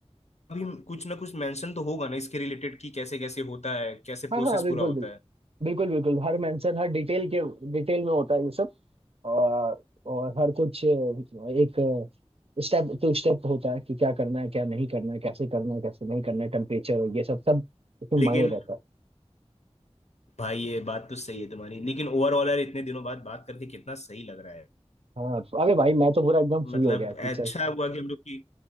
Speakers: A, on the left; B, on the right.
A: भी कुछ ना कुछ मेंशन तो होगा ना इसके रिलेटेड कि कैसे कैसे होता है कैसे
B: हाँ
A: प्रोसेस
B: हाँ बिल्कुल
A: पूरा होता
B: बिल्कुल
A: है
B: बिल्कुल बिल्कुल हर मेंशन हर डिटेल के डिटेल में होता है ये सब और और हर कुछ एक स्टेप टू स्टेप होता है कि क्या करना है क्या नहीं करना है कैसे करना है कैसे नहीं करना है टेम्परेचर और ये सब सब इसमें
A: लेकिन
B: मायने रहता है
A: भाई ये बात तो सही है तुम्हारी लेकिन ओवरऑल यार इतने दिनों बाद बात करके कितना सही लग रहा है
B: हाँ अरे भाई
A: यार
B: मैं तो पूरा एकदम फ्री
A: मतलब
B: हो गया कि
A: अच्छा
B: चल
A: हुआ कि हम लोग की